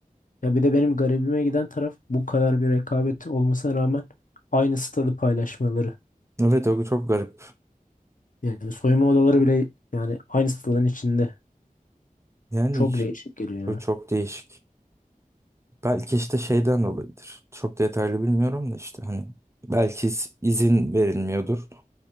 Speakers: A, on the left; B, on the right.
A: Ya bir de benim garibime giden taraf bu kadar bir rekabet olmasına rağmen aynı stadı paylaşmaları.
B: Evet o çok garip.
A: Yani soyunma odaları bile yani aynı stadın içinde.
B: Yani
A: Çok
B: işte,
A: değişik geliyor.
B: çok,
A: ya.
B: çok değişik. Belki işte şeyden dolayıdır Çok detaylı bilmiyorum da işte hani belki iz- izin verilmiyordur.